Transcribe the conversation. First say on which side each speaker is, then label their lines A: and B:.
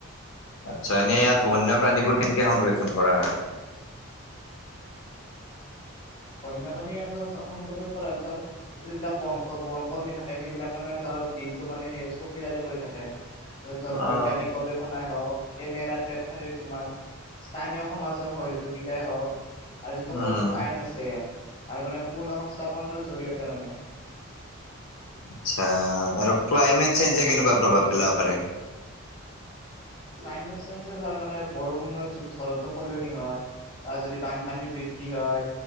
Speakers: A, on the left (about 65°); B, on the left (about 25°).
A: আচ্ছা, এনে ইয়াত বন্যপ্ৰাণীবোৰ কেনেকে সংৰক্ষণ কৰা হয়?
B: বন্যপাণী আকো স- সংৰক্ষণ কৰা ধৰ, যিবিলাক বনক- বনকৰ্মী থাকে, সেইবিলাকে মানে ধৰ ত দিনটো মানে সেই চকীদাৰি কৰি থাকে। ধৰ, বৈজ্ঞানিক
A: অ
B: গৱেষণাই হওঁক কেমেৰা, টেপ থাকে কিছুমান। স্থানীয় সমাজৰ সহযোগিতাই হওঁক আৰু যিটো
A: উম
B: কঠোৰ আইন আছে আৰু মানে পূৰ্ণ সংস্থাপনৰ জৰিয়তে মানে
A: আচ্ছা, আৰু ক্লাইমেট চেঞ্জে কেনেকুৱা প্ৰভাৱ পেলাব পাৰে?
B: ক্লাইমেট চেঞ্জে ধৰ, মানে বৰষুণ যদি ধৰোতে সলনি হয় বা যদি বানপানী বৃদ্ধি হয়,